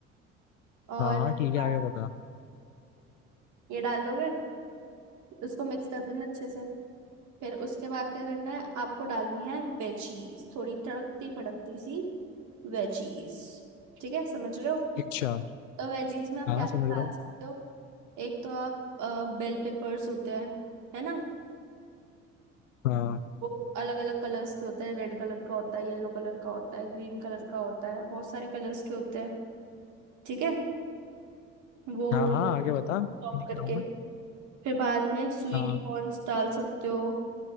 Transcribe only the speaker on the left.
हाँ हाँ
ठीक
है आगे बता
अच्छा
हाँ
समझ रहा
हूँ
हाँ
हाँ
हाँ
आगे
बता
लिख
रहा हूँ मैं
हाँ